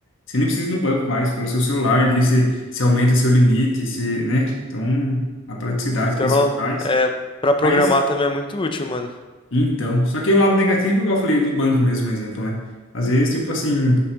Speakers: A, on the left; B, on the left.
A: Você nem precisa ir no banco mais, pelo seu celular ali, você, você aumenta seu limite, você, né? Então, a praticidade
B: Então,
A: que isso traz.
B: é, pra programar
A: Mas
B: também é muito útil, mano.
A: então, só que o lado negativo, igual eu falei do banco mesmo, um exemplo, né? Às vezes, tipo assim,